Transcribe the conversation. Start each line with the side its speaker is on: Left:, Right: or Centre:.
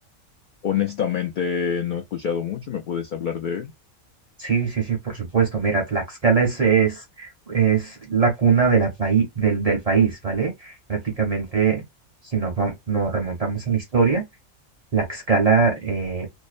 Left: Honestamente, no he escuchado mucho, ¿me puedes hablar de él?
Right: Sí, sí, sí, por supuesto. Mira, Tlaxcala es, es, es la cuna de la paí- del, del país, ¿vale? Prácticamente, si nos, vam- nos remontamos a la historia, Tlaxcala, eh,